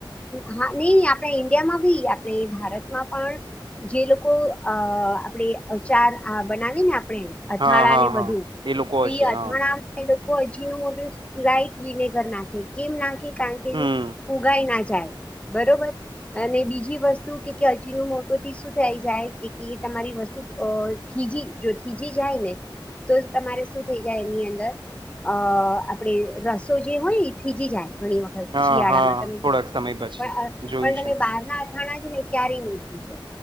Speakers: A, on the left; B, on the right.
A: હા નહી આપણે ઈન્ડિયામાં ભી આપણે ભારતમાં પણ જે લોકો અ આપડે ચાર બનાવી ને આપણે અથાણા
B: હા હા
A: ને બધું
B: હા એ લોકો
A: તો
B: હશે
A: ઈ અથાણા
B: હા
A: એ લોકો હજી ન મોટું લઈટ વિનેગર નાખે કેમ નાખે કારણ કે
B: હમ
A: ફુગાઈ ના જાય બરોબર. અને બીજી વસ્તુ કે હજી ન મોટોથી શું થઈ જાય કે તમારી વસ્તુ અ થીજી જો થીજી જાય ને તો તમારે શું થઈ જાય એની અંદર અ આપડણે રસો જે હોય થીજી જાય ઘણી વખર
B: હા
A: શિયાળામાં
B: હા
A: તમે
B: થોડાક
A: જોજો
B: સમય પછી
A: પણ
B: જોયું
A: પણ
B: છે
A: તમે બાર ના થાણા છે ને ક્યારેય